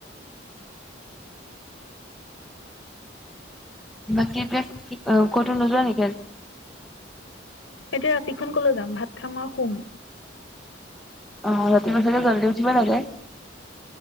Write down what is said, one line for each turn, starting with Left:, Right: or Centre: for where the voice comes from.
Centre: বাকী এতিয়া ক'তো নোযোৱা নেকি?
Left: এতিয়া ৰাতিখন কলৈ যাম। ভাত খাম আৰু সুম।
Centre: অ ৰাতিপুৱা চাগে জলদি উঠিব লাগে।